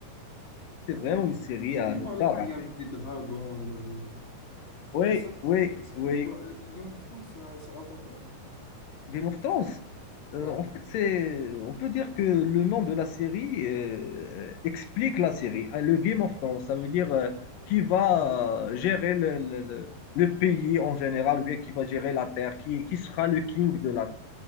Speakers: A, on the left (about 70°); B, on the left (about 30°).
A: C'est
B: Ah
A: vraiment
B: ouais.
A: une série
B: Quand
A: à
B: tu
A: ne
B: parlais
A: pas
B: qu'il
A: rater.
B: y avait des dragons, il y avait.
A: Oui,
B: Et ça,
A: oui,
B: ça-
A: oui.
B: tout Game of Thrones, ça, ça raconte quoi?
A: Game of Thrones, euh,
B: Ouais.
A: en fait, c'est, on peut dire que le nom de la série euh, explique la série. Ah, Le Game of Thrones, ça veut dire euh, qui va
B: Je vais te jure.
A: euh, gérer le, le- le- le pays en général, ou bien qui va gérer la terre, qui, qui sera le king de la terre.